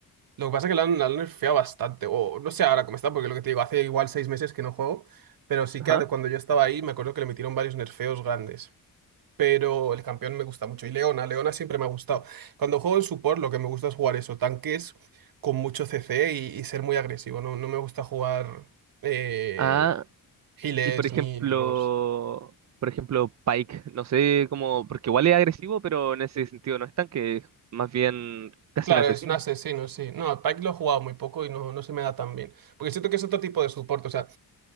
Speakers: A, on the right; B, on the right.
A: Lo que pasa es que la han, la han nerfeado bastante, o no sé ahora cómo está, porque lo que te digo, hace igual seis meses que no juego, pero sí
B: Ajá.
A: que de cuando yo estaba ahí me acuerdo que le metieron varios nerfeos grandes. Pero el campeón me gusta mucho. Y Leona, Leona siempre me ha gustado. Cuando juego en support, lo que me gusta es jugar eso, tanques con mucho CC y, y ser muy agresivo. No, no me gusta jugar. eh,
B: Ah,
A: healers
B: Y por ejemplo,
A: ni, ni magos.
B: por ejemplo, Pike, no sé cómo, porque igual es agresivo, pero en ese sentido no es tan que es más bien casi
A: Claro,
B: un asesino.
A: es un asesino, sí. No, Pike lo he jugado muy poco y no, no se me da tan bien. Porque siento que es otro tipo de soporte. O sea,